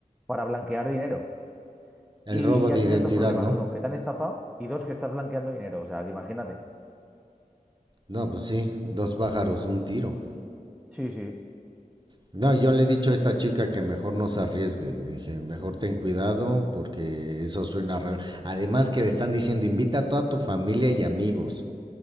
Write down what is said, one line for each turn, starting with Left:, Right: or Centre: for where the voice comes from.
Centre: para blanquear dinero
Right: El
Centre: y
Right: robo
Centre: ya
Right: de identidad,
Centre: tienes dos problemas.
Right: ¿no?
Centre: Uno, que te han estafado y dos, que estás blanqueando dinero. O sea, que imagínate.
Right: No, pues sí, dos pájaros, un tiro.
Centre: Sí, sí.
Right: No, yo le he dicho a esta chica que mejor no se arriesgue. Le dije, mejor ten cuidado porque eso suena raro. Además que le están diciendo, invita a toda tu familia y amigos.